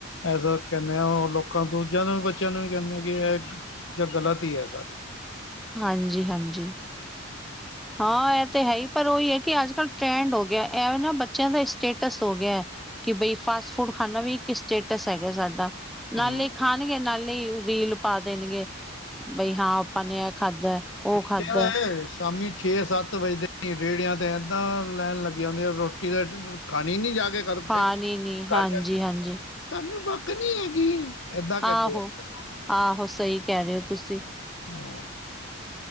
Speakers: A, on the left; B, in the centre.
A: ਐਸਾ ਕੈਨੇ ਆ ਲੋਕਾਂ ਦੂਜਿਆਂ ਨੂੰ ਵੀ ਬੱਚਿਆਂ ਨੂੰ ਵੀ ਕੈਨੇ ਕਿ ਐ। ਜਾ ਗ਼ਲਤ ਈ ਐ ਸਾਰੀ।
B: ਹਾਂਜੀ-ਹਾਂਜੀ। ਹਾਂ ਐ ਤੇ ਹੈ ਈ ਪਰ ਉਹੀ ਹੈ ਕਿ ਅੱਜ ਕੱਲ੍ਹ ਟਰੈਂਡ ਹੋ ਗਿਆ। ਐ ਵੇ ਨਾ ਬੱਚਿਆਂ ਦਾ ਸਟੇਟਸ ਹੋ ਗਿਆ। ਕਿ ਬਈ ਫਾਸਟ ਫੂਡ ਖਾਨਾ ਵੀ ਸਟੇਟਸ ਹੈਗਾ ਸਾਡਾ। ਨਾਲੇ
A: ਹੂੰ
B: ਈ ਖਾਨਗੇ ਨਾਲੇ ਈ ਰੀਲ ਪਾ ਦੇਨਗੇ। ਬਈ ਹਾਂ ਆਪਾਂ ਨੇ ਐ ਖਾਧੈ, ਉ ਖਾਧੈ।
A: ਕਿਹਾ ਇਹ ਸ਼ਾਮੀ ਛੇ ਸੱਤ ਵਜਦੇ ਈ ਰੇੜਿਆਂ ਤੇ ਐਦਾਂ ਲੈਨ ਲੱਗ ਜਾਂਦੀ ਆ ਰੋਟੀ ਤਾਂ ਖਾਨੀ ਨੀ ਜਾ ਕੇ। ਕਰ
B: ਖਾਨੀ
A: ਫਿਰ
B: ਨੀ ਹਾਂਜੀ-ਹਾਂਜੀ।
A: ਘਰ ਜਾ ਕੇ ਸਾਨੂੰ ਭੋਕ ਨੀਂ ਹੈਗੀ। ਏਦਾਂ ਕਹਿੰਦੇ
B: ਆਹੋ-ਆਹੋ
A: ਆ
B: ਸਈ ਕੈ ਰੇ ੳ ਤੁਸੀਂ।
A: ਹਾਂ।